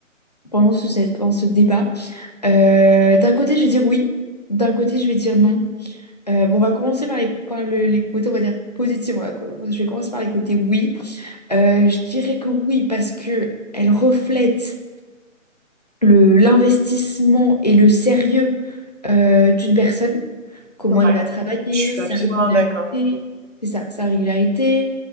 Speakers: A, on the left (about 30°); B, on the right (about 60°).
A: pendant ce, cette- pendant ce débat. Euh, d'un côté, je vais dire oui. D'un côté, je vais dire non. Euh, bon, on va commencer par les, par le- les côtés, on va dire, positifs. On va co- je vais commencer par les côtés oui. Euh, je dirais que oui, parce que elle reflète le, l'investissement et le sérieux euh, d'une personne. Comment
B: C'est vrai.
A: il va travailler,
B: Je suis
A: sa
B: absolument
A: régularité,
B: d'accord.
A: c'est ça, sa régularité,